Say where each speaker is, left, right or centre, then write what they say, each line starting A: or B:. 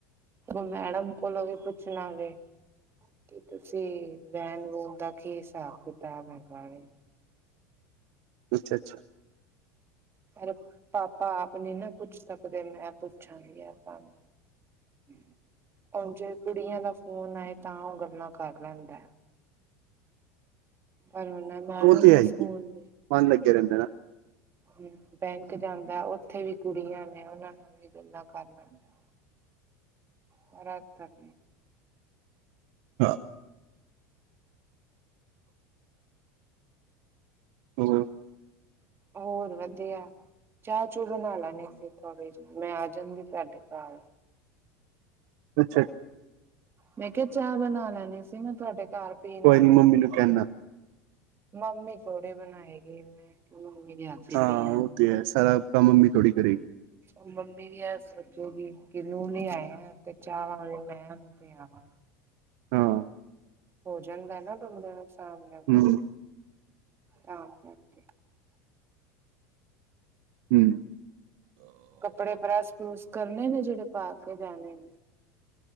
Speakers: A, on the right; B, on the right.
A: ਉਹ ਮੈਡਮ ਕੋਲੋਂ ਵੀ ਪੁੱਛਣਾ ਵੇ ਤੇ ਤੁਸੀਂ ਵੈਨ-ਵੂਨ ਦਾ ਕੀ ਹਿਸਾਬ- ਕਿਤਾਬ ਹੈਗਾ ਵੇ
B: ਅੱਛਾ-ਅੱਛਾ-
A: ਪਰ ਪਾਪਾ ਆਪ ਨੀ ਨਾ ਪੁੱਛ ਸਕਦੇ। ਮੈਂ ਪੁੱਛਾਂਗੀ ਪਾਪਾ ਨੂੰ ਓਨਜੇ ਕੁੜੀਆਂ ਦਾ ਫੋਨ ਆਏ ਤਾਂ ਉਹ ਗੱਲਾਂ ਕਰ ਲੈਂਦਾ ਪਰ ਓਹਨਾ ਮੈਡਮ
B: ਉਹ ਤੇ
A: ਏ
B: ਹੈ ਹੀ
A: ਸਕੂਲ ਦੇ
B: ਮਨ ਲਗਿਆ ਰਹਿੰਦੇ ਨਾ
A: ਹੂੰ। ਬੈਂਕ ਜਾਂਦਾ ਉੱਥੇ ਵੀ ਕੁੜੀਆਂ ਨੇ ਉਹਨਾਂ ਨਾਲ ਵੀ ਗੱਲਾਂ ਕਰ ਲੈਂਦਾ ਪਰਾ ਤੱਕ।
B: ਹਾਂ ਹੋਰ
A: ਹੋਰ ਵਧੀਆ ਚਾਹ- ਚੂੰ ਬਣਾ ਲੇ ਨੀ ਸੀ ਥੋੜੇ ਜੀ ਮੈਂ ਆ ਜਾਂਦੀ ਤੁਹਾਡੇ ਘਰ
B: ਅੱਛਾ
A: ਮੈਂ ਕਿਹਾ ਚਾਹ ਬਣਾ ਲੈਣੀ ਸੀ। ਮੈਂ ਤੁਹਾਡੇ ਘਰ ਪੀਣ
B: ਕੋਈ
A: ਆ
B: ਨੀ
A: ਜਾਂਦੀ
B: ਮੰਮੀ ਨੂੰ ਕਹਿਣਾ
A: ਮੰਮੀ ਥੋੜੀ ਬਣਾਏ ਗੀ। ਮੈਂ ਕਿਯੋ ਮੰਮੀ ਦੇ ਹੱਥ ਦੀ
B: ਹਾਂ।
A: ਪਈ ਆ।
B: ਉਹ ਤੇ ਹੈ ਸਾਰਾ ਕੰਮ ਮੰਮੀ ਥੋੜ੍ਹੀ ਕਰੇਗੀ
A: ਓ ਮੰਮੀ ਵੀ ਇਹ ਸੋਚੋੁਗੀ ਕੀ ਨੂੰਹ ਨੀ ਹੈ। ਤੇ ਚਾਹ ਵਾਂਰੀ ਮੈਂ ਤੇ ਆਵਾਂ।
B: ਹਾਂ
A: ਹੋਜਾਦਾ ਨਾ ਕਮਲਾ ਇਨਸਾਨ ਗੱਲ
B: ਹੂੰ
A: ਕਰਕੇ, ਤਾਂ ਉਹ
B: ਹੂੰ
A: ਕੱਪੜੇ ਪ੍ਰੈਸ-ਪ੍ਰੂਸ ਕਰਨੇ ਨੇ ਜਿਹੜੇ ਪਾ ਕੇ ਪਾਕੇ ਜਾਨੇ ਨੇ